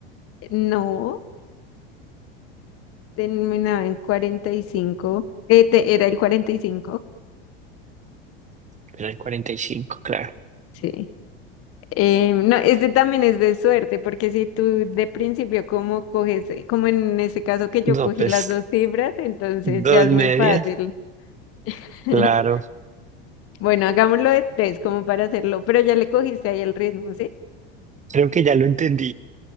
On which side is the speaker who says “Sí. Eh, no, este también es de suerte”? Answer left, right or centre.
Left